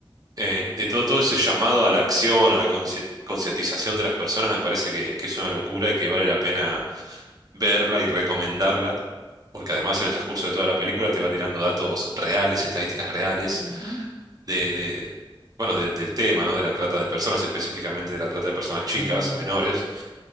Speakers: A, on the right; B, on the left.
A: Eh, de
B: Sí,
A: todo, todo ese llamado
B: sí.
A: a la acción, a la consci- concientización de las personas, me parece que, que es una locura y que vale la pena verla y recomendarla porque además en el transcurso de toda la película te va tirando datos reales, estadísticas reales
B: Ujú,
A: de, de- bueno, de- del tema, ¿no? De la trata de personas, específicamente de la trata de personas chicas,
B: De niños.
A: menores.